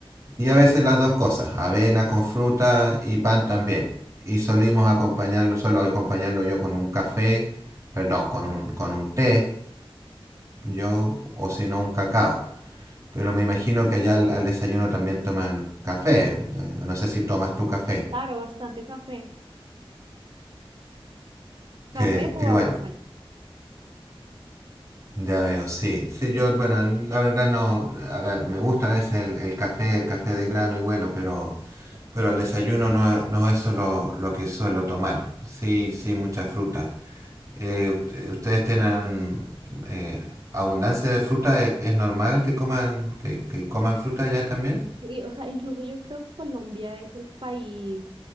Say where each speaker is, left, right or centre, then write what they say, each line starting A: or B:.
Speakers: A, on the right; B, on the right.
A: y a veces las dos cosas, avena con fruta y pan también. Y solimos acompañarlo, solo acompañarlo yo con un café, perdón, con un, con un té, yo o si no un cacao. Pero me imagino que allá al, al desayuno también toman café. eh, No sé si tomas tu café.
B: Claro, bastante café.
A: Que,
B: ¿Café o
A: que bueno.
B: agua
A: Ya veo, sí. Sí, yo, bueno, la verdad no, a ver, me gusta a veces el, el café, el café de grano y bueno, pero, pero al desayuno no, es- no es eso lo, lo que suelo tomar. Sí, sí, mucha fruta. Eh, ust- eh, ¿ustedes tienen eh, abundancia de fruta? ¿E- ¿Es, normal que coman, que, que coman fruta ya también?
B: Sí, o sea, incluso yo creo que Colombia es el país